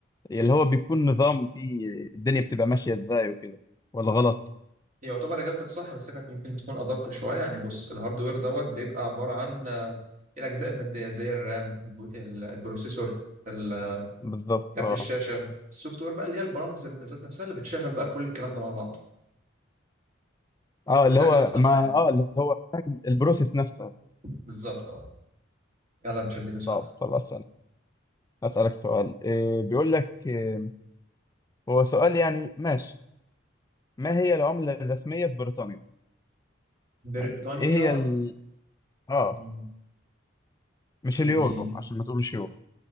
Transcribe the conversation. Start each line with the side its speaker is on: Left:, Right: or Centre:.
Left: اللي هو بيكون نظام فيه الدنيا بتبقى ماشية ازاي وكده ولا غلط
Right: يعتبر اجابتك صح بس كانت ممكن تكون ادق شويه يعني بص الهاردوير دوت بيبقى عباره عن آه، الاجزاء الماديه زي الرام البو- ال- البروسيسور ال- آه،
Left: بالظبط
Right: كارت
Left: اه
Right: الشاشه السوفت وير بقى اللي هي البرامج ذات نفسها اللي بتشغل بقى كل الكلام ده مع بعض
Left: اه
Right: بس
Left: اللي
Right: هي
Left: هو
Right: اجابه صح
Left: ما
Right: يعني.
Left: اه اللي هو فاهم البروسيس نفسها
Right: بالظبط اه يلا يا باشا اديني سؤال
Left: طب خلاص أنا هسألك سؤال إيه بيقول لك آه، هو سؤال يعني ماشي ما هي العملة الرسمية في بريطانيا؟
Right: بريطانيا
Left: يعني ايه هي ال... اه
Right: مم.
Left: مش
Right: اللي
Left: اليورو عشان ما تقولش يورو